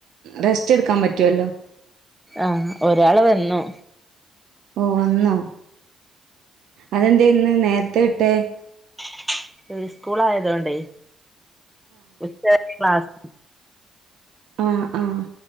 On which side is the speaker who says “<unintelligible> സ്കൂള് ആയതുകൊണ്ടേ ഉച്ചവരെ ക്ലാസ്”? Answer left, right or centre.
Centre